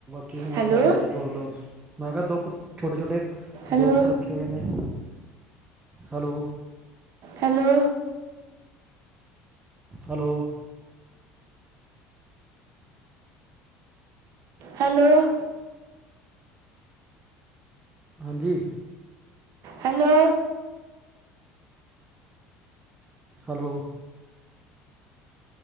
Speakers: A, on the right; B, on the right.
A: ਕਿ
B: ਹੈਲੋ
A: ਫੈਮਲੀ ਚ ਦੋ ਡੋ ਮੈਂ ਕਿਹਾ ਦੋ ਕੁ ਛੋਟੇ ਛੋਟੇ
B: ਹੈਲੋ
A: ਡੋਗ ਆਖੇ ਨੇ ਹੈਲੋ।
B: ਹੈਲੋ
A: ਹੈਲੋ
B: ਹੈਲੋ
A: ਹਾਂਜੀ
B: ਹੈਲੋ
A: ਹੈਲੋ